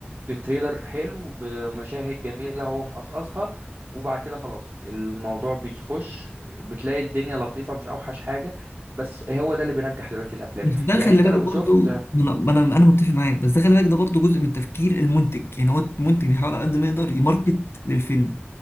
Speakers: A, on the right; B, on the left.
A: بتريلر حلو بمشاهد جميلة هو مقصقصها وبعد كده خلاص الموضوع بيخش بتلاقي الدنيا لطيفة مش أوحش حاجة بس هو ده اللي بينجح دلوقتي الأفلام
B: بس ده
A: يعني
B: خلي
A: أنت
B: بالك
A: لو
B: برضو
A: شفت
B: ما انا ما انا أنا متفق معاك بس ده خلي بالك ده برضو جزء من التفكير المنتج يعني هو المنتج بيحاول على قد ما يقدر يماركت للفيلم